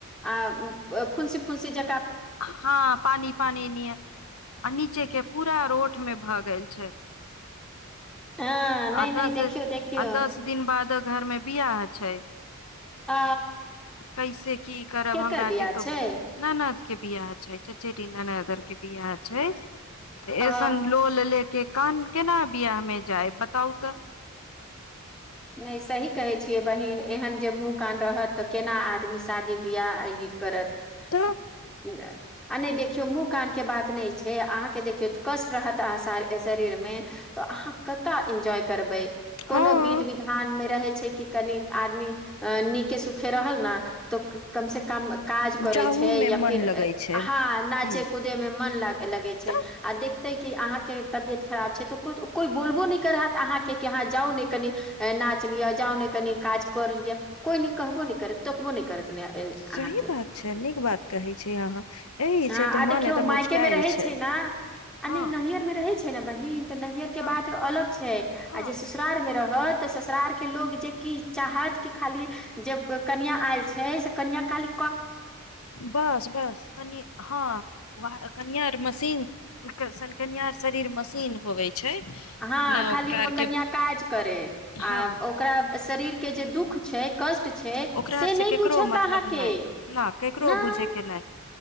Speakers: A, in the centre; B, on the left.
A: आ फुंसी फुंसी ज
B: हँ पानी पानी नियन ह आ नीचे के पूरा रोड ठ मे भऽ गेल छै
A: हँ नहि
B: आ
A: नहि
B: दस
A: देखियौ देखियौ
B: आ दस दिन बाद घर मे बियाह छै
A: आ
B: कैसे की करब
A: केकर
B: हमरा
A: बियाह
B: के तो
A: छै
B: ननद के बियाह छैेना ननद आरके बियाह छै त ई
A: आ
B: सन लो ल ले के कान केना बियाह मे जाय बताउ तऽ
A: नहि सही कहै छियै बहीन एहन जे मुँह कन रहत तऽ केना आदमी शादी बियाह ई करत
B: तऽ
A: <inaudible> आ नहि देख मुँह कान के बात नहि छै छै अहाँके देखियौ कष्ट रहत अह शरीर मे तऽ अहाँ कतय इन्जॉय करबै कोनो
B: हँ
A: बीध बी मे रहे छै कि कनि आदमी अ नीके सुखे रहल ने तऽ कम से कम काज करै
B: जाहू
A: छै
B: मे
A: या
B: मन
A: फिर
B: लगै छै
A: हँ नाचे
B: ह
A: कूदे मे मन ल लगे छै
B: तऽ
A: आ देख तैं कि अहाँके तबियत खराब छै तऽ कोइ बोलबो नहि करत अहाँके कि अहाँ जाउ ने कनि नाच लियअ जाा ने कनी काज कर लिय कोई न कहबो ने करे तोखबो ने अहाँके
B: सही बात छै नीक बात कहै छै अहाँ एहिह
A: हँ
B: छै तऽ
A: आ देखियौ
B: मन एकदम
A: मायके
B: उचटाायल
A: मे रहै
B: छै
A: ने आ नहि
B: हँ
A: नैहर मे रहै छै न बहिन तऽ नैहर के
B: हँ
A: बात अलग छै
B: हँ
A: आ जे ससुरार मे रहत तऽ ससुरार के लोग जे कि चाहत कि खाली जब कनियाँ आयल छै से कनीयाौ काली
B: बस बस कनि हँ कनियार मशीन शन कन्य शरीर मशीन होवे छै
A: हँ
B: ने
A: खाली
B: ओकरा आर
A: कनआ
B: के
A: काज करे
B: हँ
A: आ ओकरा शरीर के जे दुःख छै कष्ट छै
B: ओकरा
A: से
B: आर
A: नहि
B: केकरो
A: बुझत
B: मतलब
A: अहाँके
B: नहि न केकरो
A: नहि
B: बुझे के